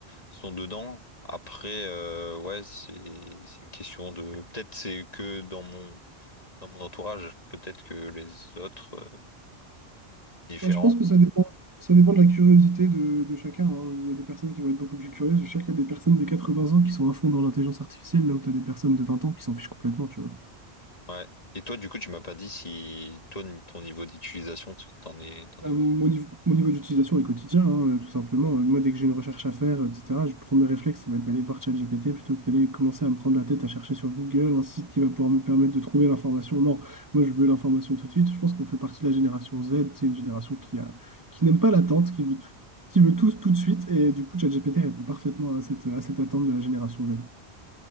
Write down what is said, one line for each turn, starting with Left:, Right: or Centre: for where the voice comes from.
Left: sont dedans. Après, euh, ouais, c'est c'est une question de. Peut-être c'est que dans mon dans mon entourage. Peut-être que les autres euh, différents.
Right: Moi, je pense que ça dépend, ça dépend de la curiosité de, de chacun. hein. Il y a des personnes qui vont être beaucoup plus curieuses. Je suis sûr qu'il y a des personnes de 80 ans qui sont à fond dans l'intelligence artificielle, là où tu as des personnes de 20 ans qui s'en fichent complètement, tu vois.
Left: Ouais. Et toi, du coup, tu m'as pas dit si toi, n- ton niveau d'utilisation, tu- t'en es, t'en
Right: Euh,
Left: es où?
Right: mon niveau, mon niveau d'utilisation est quotidien, hein, euh, tout simplement. Euh, Moi, dès que j'ai une recherche à faire, euh, etc., je, premier réflexe, ça va être d'aller voir ChatGPT plutôt que d'aller commencer à me prendre la tête à chercher sur Google un site qui va pouvoir me permettre de trouver l'information. Non, moi, je veux l'information tout de suite. Je pense qu'on fait partie de la génération Z. C'est une génération qui a, qui n'aime pas l'attente, qui veut tout, qui veut tout, tout de suite. Et du coup, ChatGPT répond parfaitement à cette, à cette attente de la génération Z.